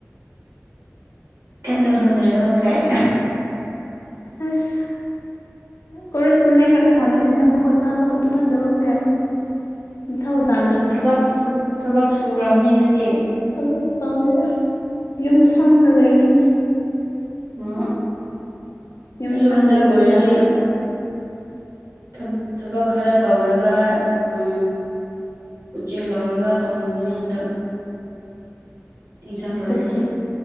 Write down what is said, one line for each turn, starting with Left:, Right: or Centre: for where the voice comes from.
Right: ꯀꯟꯅ ꯍꯣꯠꯅꯔꯣ ꯀꯥꯏꯅ
Left: ꯑꯁ ꯀꯣꯔꯔꯦꯁꯄꯣꯟꯗꯤꯡ ꯉꯥꯛꯇ ꯊꯥꯖꯤꯟꯕꯅꯤꯅ ꯍꯣꯠꯅꯕ ꯍꯣꯠꯅꯗꯕ ꯀꯏꯝ ꯝꯊꯧ ꯇ
Right: ꯝꯊꯕꯛ ꯁꯨ ꯊꯕꯛ ꯁꯨꯔꯝꯅꯤ ꯑꯗꯨꯗꯤ
Left: ꯊꯕꯛ ꯇꯧꯗꯦꯗ ꯌꯨꯝ ꯁꯪꯉꯒ ꯂꯩꯔꯅꯤ
Right: ꯎꯝ
Left: ꯌꯨꯝ
Right: ꯑꯩꯁꯨ
Left: ꯁꯪꯗ꯭ꯔꯗꯤ
Right: ꯍꯟꯗꯛ ꯂꯣꯏꯔꯗꯤ
Left: ꯌꯥꯗ꯭ꯔꯕ
Right: ꯊꯕ ꯊꯕꯛ ꯈꯔ ꯇꯧꯔꯒ ꯎꯝ ꯎꯆꯤꯡ ꯂꯧꯔꯒ ꯇꯧꯅꯤꯡꯕꯅꯤ ꯍꯟꯗꯛ ꯑꯦꯛꯖꯥꯝ ꯂꯣꯏꯔꯗꯤ
Left: ꯀꯣꯆꯤꯡ